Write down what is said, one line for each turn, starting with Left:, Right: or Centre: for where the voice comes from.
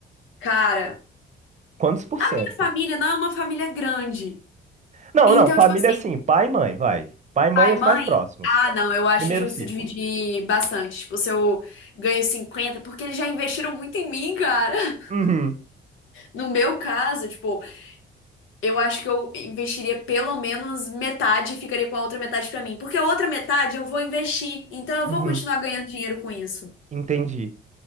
Left: cara,
Right: Quantos por
Left: a
Right: cento?
Left: minha família não é uma família grande.
Right: Não,
Left: Então,
Right: não, família
Left: tipo assim,
Right: assim, pai e mãe, vai. Pai e mãe
Left: pai,
Right: e os
Left: mãe.
Right: mais próximos.
Left: Ah, não, eu acho
Right: Primeiro
Left: justo
Right: círculo.
Left: dividir bastante. Tipo, se eu ganho 50, porque eles já investiram muito em mim, cara. <laughs>
Right: Uhum.
Left: No meu caso, tipo, eu acho que eu investiria pelo menos metade e ficaria com a outra metade pra mim. Porque a outra metade eu vou investir. Então, eu
Right: uhum.
Left: vou continuar ganhando dinheiro com isso.
Right: Entendi.